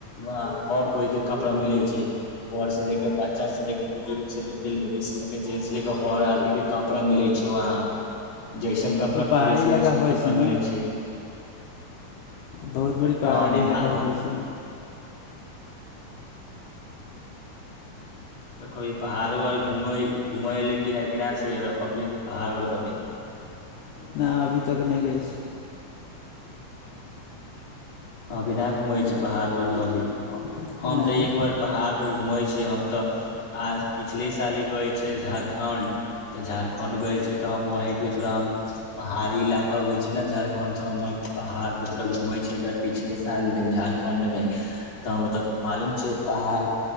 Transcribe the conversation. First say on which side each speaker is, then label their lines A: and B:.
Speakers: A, on the left; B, on the left.
A: वहाँ हर कोइके कपड़ा मिलै छै घरसँ ले के बच्चासँ ले के बुजुर्गसँ ले के लेडीजसँ ले के जेंटससँ ले के हर आदमीके कपड़ा मिलै छै वहाँ जैसन कपड़ा
B: तो पहाड़ी
A: खोजै छै
B: इलाका
A: ओैसन
B: होइ
A: कपड़ा
B: ने
A: मिलै छै
B: बहुत बड़ी
A: कहाँ
B: पहाड़ी
A: नेपाल
B: इलाका
A: हम
B: होइ छै
A: तऽ कभी पहाड़ो आर घूमै-घूमै लेए केना केना छै आर अपनेके पहाड़ो आर कभी
B: ना अभी तक नहि जाइ छी
A: अभी ना घूमै छै पहाड़ उहाड़ कभी
B: छी
A: हम
B: नहि
A: तऽ एक बार पहाड़ पे घूमै छै हम तऽ आ पिछले साल गैल छै झारखण्ड तऽ झारखंड गेल छै तऽ हम वहीं पे थोड़ा हम पहाड़ी इलाका होइ छै ने झारखण्ड त हम वहीं पहाड़ पे थोड़ा घूमै छै पिछले साल झारखंड मे तऽ मतलब मालूम छै पहाड़